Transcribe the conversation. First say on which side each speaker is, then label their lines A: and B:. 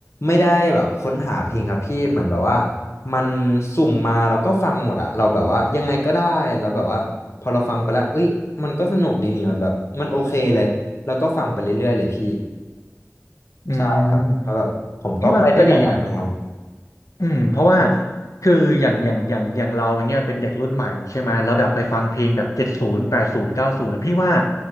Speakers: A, on the left; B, on the left.
A: ไม่ได้แบบค้นหาเพลงครับพี่เหมือนแบบว่ามันสุ่มมาแล้วก็ฟังหมดอะเราแบบว่ายังไงก็ได้แล้วแบบว่าพอเราฟังไปแล้วเอ้ยมันก็สนุกดีนี่มันแบบมันโอเคเลยแล้วก็ฟังไปเรื่อยๆเลยพี่
B: อืม
A: ใช่ครับเพราะแบบผมก็ไปได้หลายๆแนว
B: พี่ว่าก็ดีนะ อืมเพราะว่าคืออย่างอย่างอย่างอย่างเราอย่างเงี้ยเป็นเด็กรุ่นใหม่ใช่ไหมแล้วแบบไปฟังเพลงแบบเจ็ดศูนย์แปดศูนย์เก้าศูนย์พี่ว่า